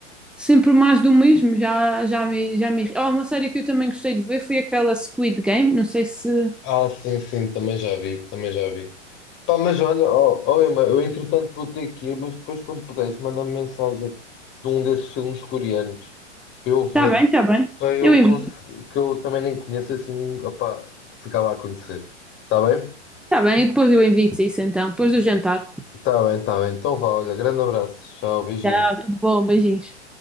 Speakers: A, in the centre; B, on the left.
A: sempre mais do mesmo. Já já me já me. Oh, uma série que eu também gostei de ver foi aquela Squid Game. Não sei se
B: Ah, sim, sim, também já vi, também já vi. Pá, mas olha, ó, ó, Emma, eu entretanto vou ter que ir, mas depois quando puderes, manda-me mensagem de um desses filmes coreanos para eu ver,
A: está bem, está bem.
B: para eu
A: Eu envio.
B: cons- que eu também nem conheço assim, opá, ficar lá a conhecer. Está bem?
A: Está bem, e depois eu envio-te isso então, depois do jantar.
B: Está bem, está bem. Então vá, olha, grande abraço, tchau, beijinho.
A: Tchau, tudo bom, beijinhos.